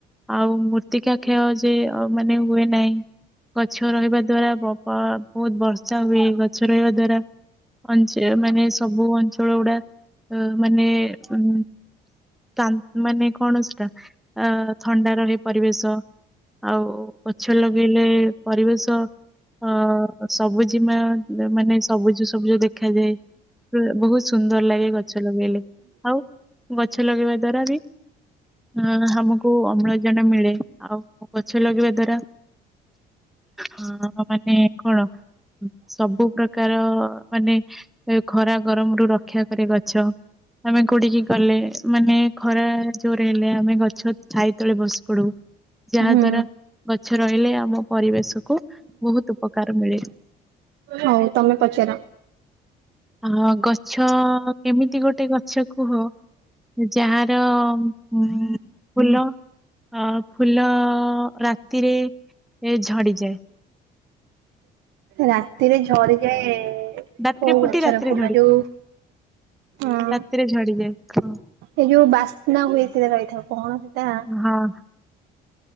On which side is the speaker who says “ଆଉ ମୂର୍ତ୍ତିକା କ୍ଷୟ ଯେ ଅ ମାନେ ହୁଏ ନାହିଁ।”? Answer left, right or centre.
Centre